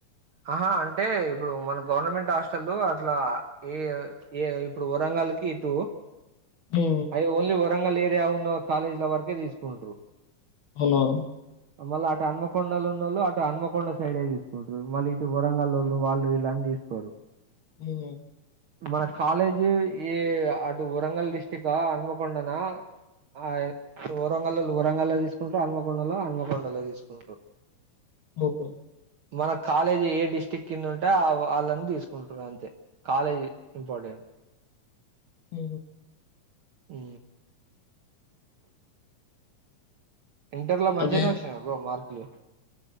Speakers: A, on the right; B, on the left.
A: ఆహా అంటే ఇప్పుడు మన గవర్నమెంట్ హాస్టల్లు అట్లా ఏ, ఏ ఇప్పుడు వరంగల్. ల్కి ఇటు
B: ఉ
A: ఐ ఓన్లీ వరంగల్ ఏరియా ఉన్న కాలేజీల వరకే తీసుకుంటు
B: అవున
A: మళ్ళీ అటు అన్మకొండలో ఉన్నళ్ళు అటు అన్మకొండ సైడే తీసుకుంటారు మళ్ళీ ఇటు వరంగల్ వాళ్ళు వాళ్ళు ఇలాంటిీ తీసుకోరు
B: ఉమ్
A: మన కాలేజీ ఈ అటు వరంగల్ డిస్టి్క అన్మకొండనా ఆ వరంగ వరంగల్లో తీసుకుంట్రారు అన్మకొండలో ఆన్మకొండలో తీసుకుంట్రారు
B: ఓకే
A: మన కాలేజ్ ఏ డిస్టి్రిక్ కింద ఉంటే వాళ్ళని తీసుకుంటుారు అంతే కాలేజ్ ఇంపార్టెంట్
B: ఆ
A: ఉ ఇంటర్లో మంచినేయ్
B: అదే
A: వచ్చినయ్ బ మార్క్లు